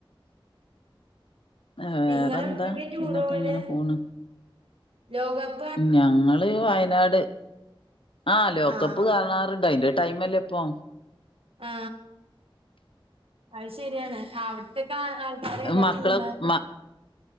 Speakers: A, on the left; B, on the right.
A: വേറെന്താ
B: പി ഇങ്ങളെ എവിടക്കൊക്കെ ടൂറോവല്
A: പിന്നൊക്കെ അങ്ങനെ പോണ്
B: ലോക കപ്
A: ഞങ്ങള് വയനാട് ആ ലോകകപ്പ്
B: ആഹ്
A: കാണാറ് ർണ്ട് അതിന്റെ ടൈംമല്ലേ പ്പൊ
B: ആ അത് ശരിയാണ് അവിടുത്തെക്കെ ആള് ആൾക്കാര് ഏതാ
A: മക്കളെ
B: ടീമു.
A: മ